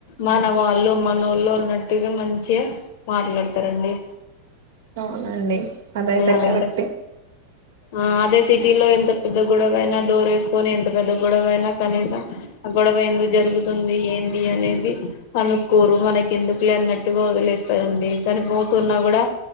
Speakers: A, on the left; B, on the right.
A: మన వాళ్ళు మనోళ్ళ అన్నట్టుగా మంచిగా మాట్లాడతారండి
B: అవునండి అదైతే
A: అలాంటప్పుడు
B: కరెక్టే
A: ఆ అదే సిటీలో ఎంత పెద్ద గొడవైనా డోరేసుకొని పె పెద్ద గొడవ అయినా కనీసం ఆ గొడవ ఎందుకు జరుగుతుంది ఏంది అనేది కనుక్కోరు మనకి ఎందుకులే అన్నట్టుగా వదిలేస్తారండి చనిపోతున్నా కూడా